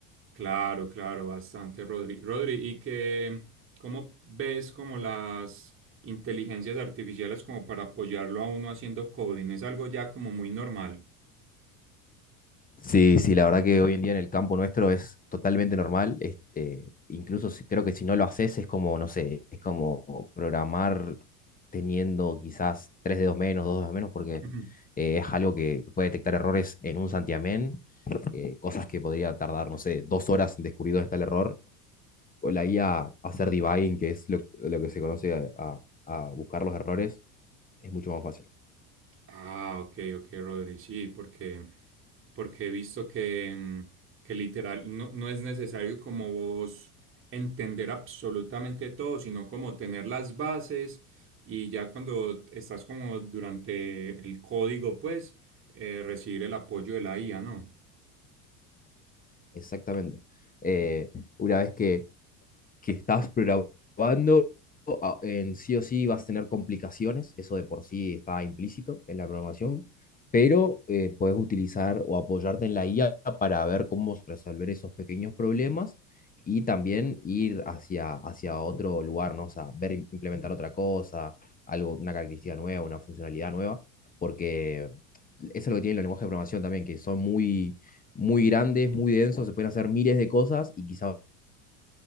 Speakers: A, on the right; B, on the left.
A: Claro, claro, bastante, Rodri. Rodri, ¿y qué, cómo ves como las inteligencias artificiales como para apoyarlo a uno haciendo coding? Es algo ya como muy normal.
B: Sí, sí, la verdad que hoy en día en el campo nuestro es totalmente normal. Este, incluso si- creo que si no lo haces es como, no sé, es como programar teniendo quizás tres dedos menos, dos dedos menos, porque
A: <laughs>
B: eh, es algo que, que puede detectar errores en un santiamén, eh, cosas que podría tardar, no sé, dos horas en descubrir dónde está el error. O la IA hacer debugging, que es lo, lo que se conoce a, a- a buscar los errores, es mucho más fácil.
A: Ah, ok, ok, Rodri, sí, porque, porque he visto que, mm, que literal no, no es necesario como vos entender absolutamente todo, sino como tener las bases y ya cuando estás como durante el código, pues eh, recibir el apoyo de la IA, ¿no?
B: Exactamente. Eh, una vez que que estás programando, ah, en sí o sí vas a tener complicaciones, eso de por sí está implícito en la programación, pero eh, puedes utilizar o apoyarte en la IA para ver cómo resolver esos pequeños problemas y también ir hacia, hacia otro lugar, ¿no? O sea, ver im- implementar otra cosa, algo, una característica nueva, una funcionalidad nueva, porque eso es lo que tiene el lenguaje de programación también, que son muy, muy grandes, muy densos, se pueden hacer miles de cosas y quizás